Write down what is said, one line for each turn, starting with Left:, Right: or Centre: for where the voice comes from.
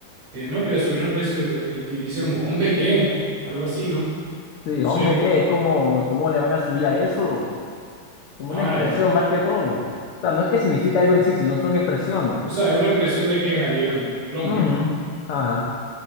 Right: que no, que le subieron el precio y, y dice como, hombre, ¿qué? Algo así, ¿no?
Left: Sí,
Right: Entonces,
Left: hombre, ¿qué? ¿Cómo, cómo le van a subir a eso? Como
Right: ah,
Left: una expresión
Right: ya.
Left: más que todo. O sea, no es que significa algo en sí, sino son expresiones.
Right: O sea, es una expresión de queja, digamos, el hombre.
Left: Ujú, Ajá.